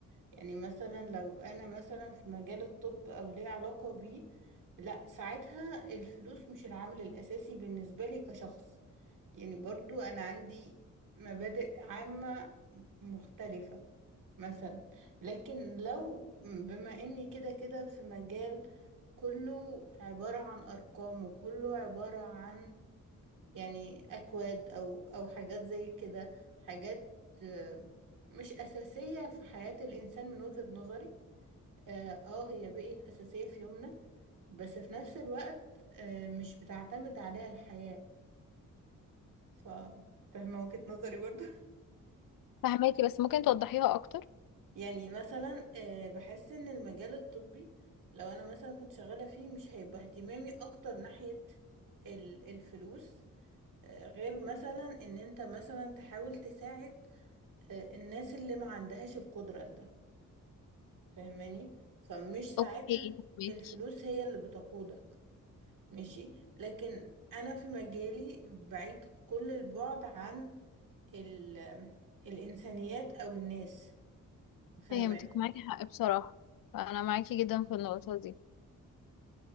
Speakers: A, on the right; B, on the left.
A: يعني مثلا لو انا مثلا في مجال الطب او ليه علاقة بيه لا ساعتها الفلوس مش العامل الاساسي بالنسبة لي كشخص يعني برضو انا عندي مبادئ عامة مختلفة مثلا لكن لو بما اني كده كده في مجال كله عبارة عن ارقام وكله عبارة عن يعني اكواد او او حاجات زي كده حاجات آه، مش اساسية في حياة الانسان من وجهة نظري اه آه، هي بقت اساسية في يومنا بس في نفس الوقت آه، مش بتعتمد عليها الحياة ف فاهمة وجهة نظري برضو
B: فهماكي بس ممكن توضحيها أكتر
A: يعني مثلا آه، بحس ان المجال الطبي لو انا مثلا كنت شغالة فيه مش هيبقى اهتمامي اكتر ناحية ال- الفلوس آه، غير مثلا ان انت مثلا تحاول تساعد آه، الناس اللي ما عندهاش القدرة لده فاهماني فمش ساعتها
B: أوكي فهماكي
A: الفلوس هي اللي بتقودك ماشي لكن انا في مجالي بعيد كل البعد عن ال- الانسانيات او الناس فاهماني
B: فهمتك معاكي حق بصراحة فأنا معاكي جدا في النقطة دي